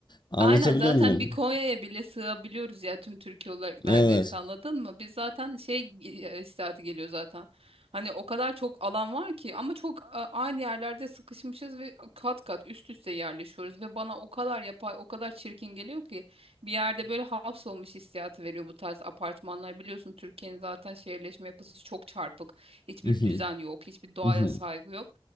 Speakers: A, on the left; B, on the right.
A: Anlatabiliyor
B: Aynen zaten
A: muyum?
B: bir Konya'ya bile sığabiliyoruz ya tüm Türkiye olarak neredeyse
A: Evet.
B: anladın mı? Biz zaten şey e, istihati geliyor zaten. Hani o kadar çok alan var ki ama çok e, aynı yerlerde sıkışmışız ve kat kat üst üste yerleşiyoruz ve bana o kadar yapay o kadar çirkin geliyor ki bir yerde böyle hapsolmuş hissiyatı veriyor bu tarz apartmanlar. Biliyorsun Türkiye'nin zaten şehirleşme yapısı çok çarpık. Hiçbir
A: <laughs>
B: düzen yok, hiçbir doğaya
A: Hı hı.
B: saygı yok.